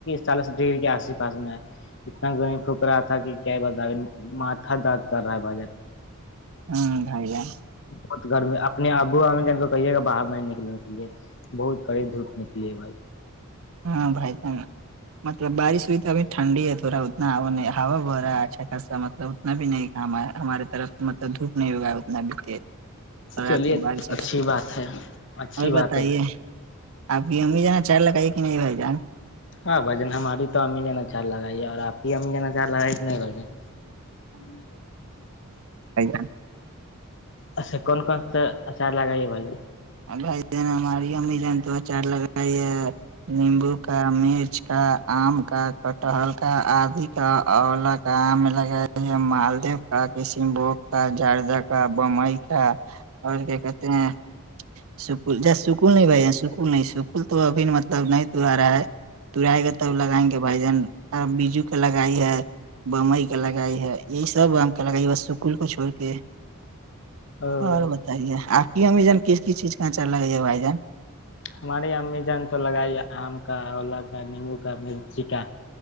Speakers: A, on the left; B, on the right.
A: چالیس ڈگری کے آسے پاس میں ہے اتنا گرمی پک ک رہا تھا کہ کیا بتا ماتھا دد کر رہا ہے بھ جن
B: ہاں بھائی جان
A: بہت گرمی اپنے ابو ا کہیے گا باہر نہیں نکلنے بہت کڑی دھوپ نکلیے بے
B: ہاں بھائی س مطلب بارش ہوئی تو ابھی ٹھنڈی ہے تھوڑا اتنا ہوا نہیں ہوا بہ رہا ہے اچھا خاصا مطلب اتنا بھی نہیں کاما ہے ہمارے طرف مطلب دھوپ نہیں ہوگا اتنا بھی تیز اور
A: چلیے
B: آات کے بار سے
A: اچھی بات ہے اچھی
B: اور
A: بات
B: بتائیے
A: ہے بھائی۔
B: آپ بھی ہمیں جانا چارج لگائیے کہ نہیں بھائی جان
A: ہاں بھجن ہماری تو امی جا ا چاار لگائی ہے اور آپ کی امی جا ا چاار لگائیت نہیں بھجن ہاں
B: جان
A: اچھا کون کون سا اچار لگائیے بھائی
B: بھائی جن ہماری م ج تو اچار لگائی نیمبو کا مرچ کا آم کا کٹہل کا آدی کا اولا کا آم لگا ہے مالدیو کا کسیم بوگ کا جاردہ کا بمئی کا اور کیا کہتے ہیں سکول جی سکول نہیں بھائی سکول نہیں سکول تو ابھی مطلب نہیں توور رہا ہے تورائے گا توب لگائیں گے بھائی جان بیجو کے لگائی ہے بمئی کا لگائی ہے یہی سب بم کا لگائی سکل کو چھڑ کے
A: او
B: اور بتائیے آ امی جان کس کس چیز کا اچر لگے ہے بھائی جان
A: ہماری امی جان نے تو لگائی ہے آم کا اولا کا نیبو کا مرچی کا